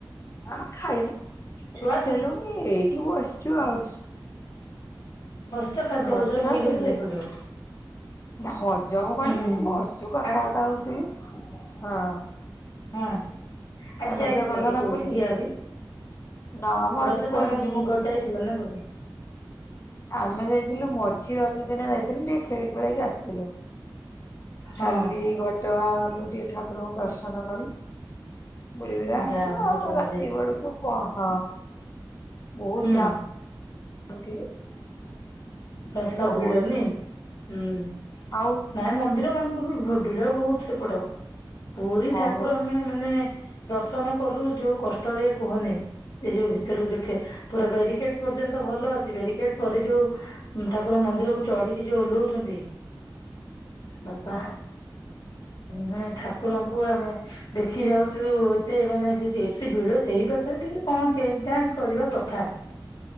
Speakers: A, on the left; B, on the left.
A: ଆ ଖାଇସାଇଲୁଣି
B: ଛୁଆ ଶୋଇ
A: ଏଇଠ ବସିଛୁ ଆଉ।
B: ବସିଛୁ ଖାଦ୍ୟ
A: ହଁ
B: ହଜମ
A: ଛୁଆ
B: ହେଇଗଲେ
A: ଶୋଇଛନ୍ତି
B: ଶୋଇପଡିବ।
A: ହଜମ କଣ
B: ହୁଁ
A: କି ଏଠେ ବସଚୁ କଥାବାର୍ତ୍ତା
B: ଆଜି
A: ହଉଥିଲୁ ହଁ।
B: ହଁ ଆଜି ଯାଇଥିଲ
A: ରଜ ଗଲ
B: କି
A: ନା
B: କୋଉଠି
A: ବୁଲି?
B: କି ଆହୁରି?
A: ନା ମ ଆଜି
B: ରଜ
A: କୁଆଡେ
B: ତମ
A: ଯିବୁ
B: ଘର
A: ବୁଲିତେ।
B: ଯାଇଥିଲ ନା କୋଠେ?
A: ଆମେ ଯାଇଥିଲୁ ମଝି ରଜ ଦିନ ଯାଇଥିଲୁ ଟିକେ ଖେଳି ଖୁଳାକି ଆସିଥିଲୁ।
B: ହଁ
A: କାଲି ଘଟଗାଁ ଗଲୁ ଟିକେ ଠାକୁରଙ୍କୁ ଦର୍ଶନ କରି। ବୁଲିବାଲି ଆଇଲୁ
B: ଯାଅ ଘଟଗାଁ
A: ଆଉ ରାତି
B: ଯାଇକି
A: ବେଳକୁ କଣ ହ ବହୁତ
B: ହୁଁ
A: ଜା <unintelligible>
B: ରାସ୍ତା
A: ଭିଡ
B: ଭିଡନି
A: ବହୁତ
B: ହୁଁ
A: ଆଉ
B: ନାଇଁ ମନ୍ଦିର ମାନ ବି ଭିଡ ବହୁତ ସେପଟ ପୁରୀ
A: ହଁ
B: ଠାକୁର
A: ବା
B: ଆମେ ମାନେ ଦର୍ଶନ କଲୁ ଯୋଉ କଷ୍ଟରେ କୁହନି ଏ ଯୋଉ ଭିତରକୁ ଯୋଉଠ ପୁରା ବ୍ୟାରିକେଟ ପର୍ଯ୍ୟନ୍ତ ଭଲ ଅଛି ବ୍ୟାରିକେଟ ପରେ ଯୋଉ ଠାକୁରଙ୍କ ମନ୍ଦିରକୁ ଚଢିକି ଯୋଉ ଓଲ୍ହାଉଛନ୍ତି ବାପା
A: ହଁ
B: ମାନେ ଠାକୁରଙ୍କୁ ଆମେ ଦେଖି ଯାଉଛୁ ଏତେ ମାନେ ସେ ଯେ ଏତେ ଭିଡ ସେଇ ପାଖରେ ଟିକେ କଣ ଚେଞ୍ଜ ଚାଞ୍ଜ କରିବା କଥା।